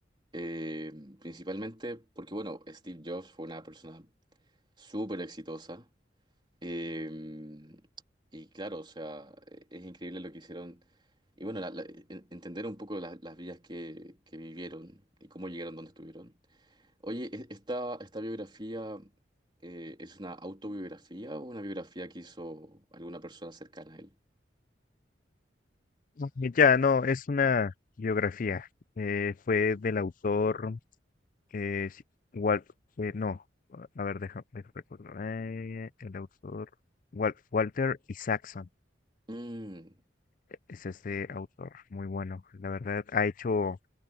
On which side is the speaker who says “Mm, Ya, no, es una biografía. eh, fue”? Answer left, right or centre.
Left